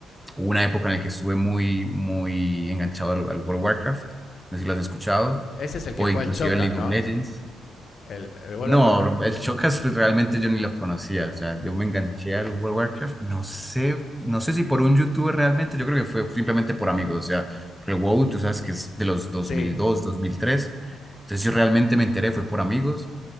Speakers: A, in the centre; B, on the left.
A: Hubo una época en la que estuve muy, muy enganchado al, al World of Warcraft, no sé si lo has escuchado,
B: ese es el que
A: o
B: juega
A: inclusive
B: el Chocas,
A: al League
B: ¿no?
A: of Legends.
B: El, el World
A: No,
B: of Warcraft.
A: el Shocas pues, realmente yo ni los conocía, o sea, yo me enganché al World of Warcraft, no sé, no sé si por un youtuber realmente, yo creo que fue simplemente por amigos, o sea, porque WoW, tú sabes que es de los dos
B: Sí.
A: mil dos, dos mil mil tres, entonces yo realmente me enteré, fue por amigos,